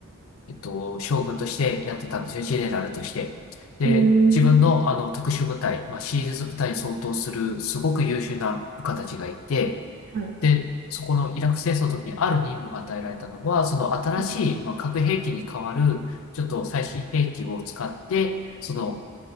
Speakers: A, on the left (about 65°); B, on the right (about 45°).
A: えっと、将軍としてやってたんですよ、ジェネラルとして。で、
B: うー
A: 自分の、
B: ん。
A: あの、特殊部隊、まあ、シールズ部隊に相当する、すごく優秀な部下たちがいて、
B: はい。
A: で、そこのイラク戦争の時にある任務が与えられたのは、その新しい、
B: うん。
A: まあ、核兵器に代わる、ちょっと最新兵器を使って、その